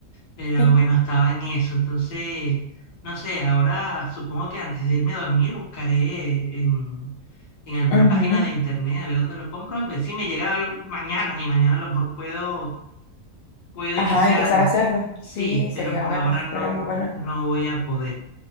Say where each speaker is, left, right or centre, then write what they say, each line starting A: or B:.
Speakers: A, on the left (about 35°); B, on the left (about 80°).
A: Pero
B: <laughs>
A: bueno, estaba en eso. Entonces, no sé, ahora supongo que antes de irme a dormir buscaré en, en alguna
B: Ujú.
A: página de internet a ver dónde lo compro, a ver si me llega algo mañana y mañana a lo mejor puedo, puedo
B: Ajá,
A: iniciarlo.
B: empezar a hacerlo. Sí,
A: Sí,
B: sería
A: pero por
B: bueno,
A: ahora no,
B: sería muy bueno.
A: no voy a poder.